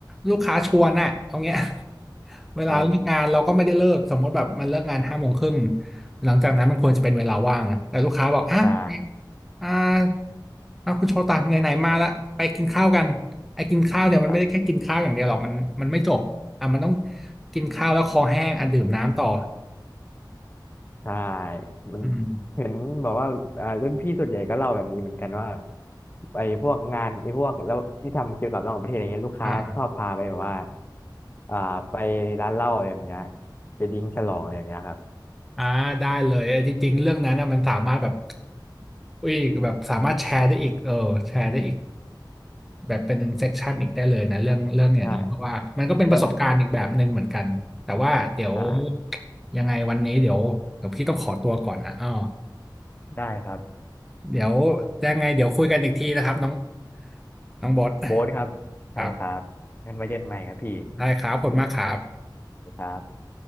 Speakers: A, in the centre; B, on the left.
A: ลูกค้าชวนน่ะเอาเงี้ย <laughs> เวลาเลิกงานเราก็ไม่ได้เลิกสมมติแบบมันเลิกงานห้าโมงครึ่ง
B: ครับ
A: หลังจากนั้นมันควรจะเป็นเวลาว่างนะแต่ลูกค้าบอกอ่ะ
B: ใช่
A: อ่าอ่ะคุณโชตะไหนๆมาละไปกินข้าวกันไอ้กินข้าวเนี่ยมันไม่ได้แค่กินข้าวอย่างเดียวหรอกมันมันไม่จบอ่ะมันต้อง
B: ครับ
A: กินข้าวแล้วคอแห้งอ่ะดื่มน้ำต่อ
B: ใช่มัน
A: อืม
B: เห็นแบบว่าอ่ารุ่นพี่ส่วนใหญ่ก็เล่าแบบนี้เหมือนกันว่าไอ้พวกงานไอ้พวกแล้วที่ทำเกี่ยวกับต่างประเทศอะไรเงี้ยลูกค้าชอบพาไปแบบว่า
A: อ่า
B: อ่า ไปร้านเหล้าอะไรแบบเนี้ยไปดิ้งฉลองอะไรแบบเนี้ยครับ
A: อ่าได้เลยเออจริงๆเรื่องนั้นน่ะมันสามารถแบบอุ้ยแบบสามารถแชร์ได้อีกเออแชร์ได้อีก แบบเป็นเซกชันอีกได้เลยนะเรื่องเรื่องอย่างนี้เพราะว่ามันก็เป็นประสบการณ์อีกแบบหนึ่งเหมือนกันแต่ว่าเดี๋ยว
B: ใช่แล้วใช่
A: ยังไงวันนี้เดี๋ยวเดี๋ยวพี่ต้องขอตัวก่อนนะอ๋อ
B: ได้ครับ
A: เดี๋ยวยังไงเดี๋ยวคุยกันอีกทีนะครับน้องน้องบอส
B: โบ๊ทครับใช่ครับงั้นไว้เจอกันใหม่ครับพี่
A: ครับได้ครับขอบคุณมากครับ
B: ครับ